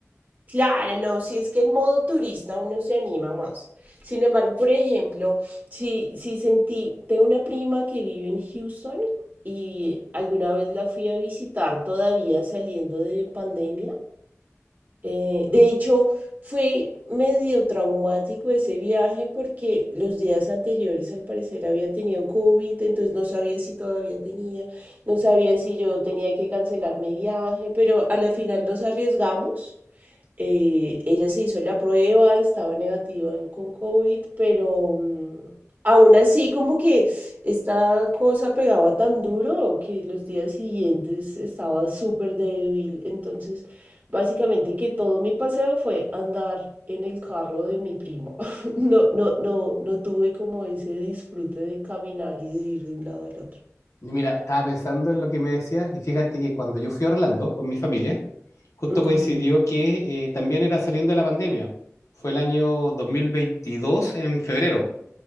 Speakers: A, on the right; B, on the left.
A: Claro, no, si es que en modo turista uno se anima más. Sin embargo, por ejemplo, si, si sentí, tengo una prima que vive en Houston y alguna vez la fui a visitar todavía saliendo de pandemia. Eh, de hecho, fue medio traumático ese viaje porque los días anteriores al parecer había tenido COVID, entonces no sabía si todavía tenía, no sabía si yo tenía que cancelar mi viaje, pero a la final nos arriesgamos eh, ella se hizo la prueba, estaba negativa en- con COVID, pero mm, aún así como que esta cosa pegaba tan duro que los días siguientes estaba súper débil. Entonces, básicamente que todo mi paseo fue andar en el carro de mi primo. <laughs> No, no, no, no tuve como ese disfrute de caminar y de ir de un lado al otro.
B: Y mira, estaba pensando en lo que me decías y fíjate que cuando yo fui a Orlando con mi familia, justo
A: Ujú,
B: coincidió que eh, también era saliendo de la pandemia. Fue el año 2022 en febrero.